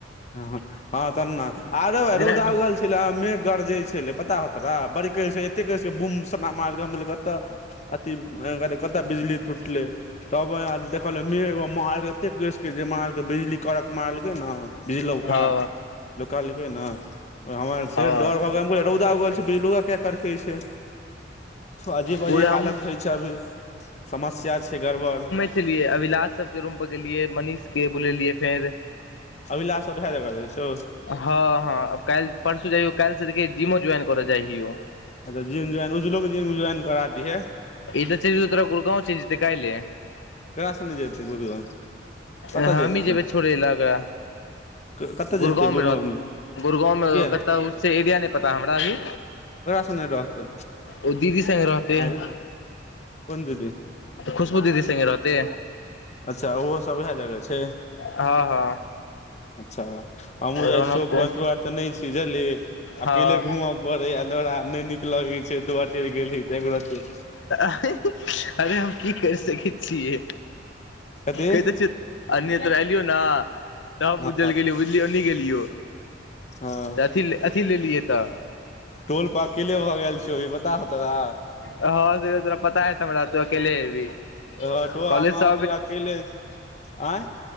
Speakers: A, on the left (about 35°); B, on the left (about 75°).
A: ह ह हँ तऽ ने आरो
B: जेना
A: रौदागल छलै मेघ गरजे छलै पता हो पता बड़ कते कहै बुम स मार कत अथ कत बिजली टूटलै तब देखल म मालकेेक र जे माल बिजली कड़क मारलकै ने बिजलौका
B: हँ
A: लोक कहलकै ना हमर फेर
B: हँ
A: डर भऽ गेल रौदा उगल छै बिजलुग क करके छै अजीब
B: पूरे
A: अजीब
B: हमहूँ
A: हालत होइ छै अभी समस्या छै गड़बड़
B: लियै अभिलाष सब के रूम पर गेलियै मनीष के बुलेलियै फेर
A: अभिलाए जगह रहै छौ
B: हँ हँब काल्हि परसू जाइयो काल्हि से देखिय जिमो ज्वइन करऽ जाइयौ
A: अच्छ जम ज्वाइन उसलोग जिम ज्वाइन करा दिहा
B: इ तऽ चज तरा गुरगाँव चंज तै कहिले
A: केकरा सने जेतै गुरुआ कतऽ
B: हमी
A: जेतै
B: जेबै छोड़े एकरा
A: कतऽ जेतै
B: गुड़गाँंव
A: गुड़गाँव
B: मे रहत गुड़गाँंव
A: किया
B: मे कतऽ से एरिया नहि पता हमरा अभी
A: ककरा सने रहतै
B: ओ दीदी स रहते है
A: आंय रे कोन दीदी
B: खुशबू दीदी सङे रहतै
A: अच्छा ओहो सब ओएह जगह छै
B: हँ हँ
A: अच्छा हमहुँ जाइ
B: रौनक
A: छी चक
B: को
A: तोार तऽ नहि छी जझलि
B: हँ
A: अकेले घूम पड़े आ लो न लगै छै दुआरि फ गेली तैरा त
B: अरे हम की कर सकै छियै
A: कथी
B: क दे छै अन्य त एलियौ ने तल
A: हँ
B: बुझलिय गेलिय
A: हँ
B: तऽ अथ लेलिय तऽ
A: टोल प अकेले भऽ गेल छ अभी पता हो तोरा
B: हँ से तोरा पता है हमरा तू अकेले हेबही
A: ह तो
B: कॉलेज
A: आम
B: से
A: आदी अकल आँय